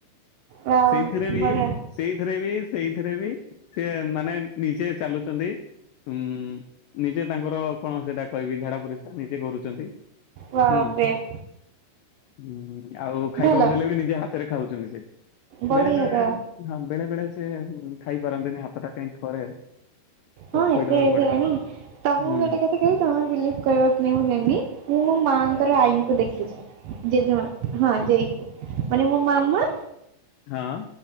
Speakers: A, on the right; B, on the left.
A: ୱାଓ
B: ସେଇଥିରେ ବି
A: ବଢିଆ
B: ସେଇଥିରେ ବି ସେଇଥିରେ ବି ସେ, ମାନେ ନିଜେ ଚାଲୁଛନ୍ତି। ଉୁଁ, ନିଜେ ତାଙ୍କର କଣ ସେଇଟା? କହିବି ଝାଡା ପୋରିସ୍ରା ନିଜେ କରୁଛନ୍ତି।
A: ୱାଓ
B: ହୁଁ!
A: ଗ୍ରେଟ୍
B: ହୁଁ, ଆଉ ଖାଇବାକୁ
A: ଭଲ।
B: ଦେଲେ ବି ନିଜେ ହାତରେ ଖାଉଛନ୍ତି ସେ।
A: ବଢିଆ
B: ବେଳେ ବେଳେ
A: ତ
B: ହଁ, ବେଳେ ବେଳେ ସେ ଖାଇ ପାରନ୍ତିନି, ହାତଟା କାହିଁ ଥରେ। ତ
A: ହଁ ଏଜ୍
B: ଖୋଇଦବାକୁ ପଡେ।
A: ହେଲାଣି, ତମକୁ
B: ହୁଁ
A: ଗୋଟେ କଥା କହିବି, ତମେ ବିଲିଭ କରିବ କି ନାହିଁ ମୁଁ ଜାଣିନି ମୋ ମାଙ୍କର ଆଈଙ୍କୁ ଦେଖିଛି, ଜେଜେମା ହଁ ଜେଇ ମାନେ ମୋ ମାମା,
B: ହଁ,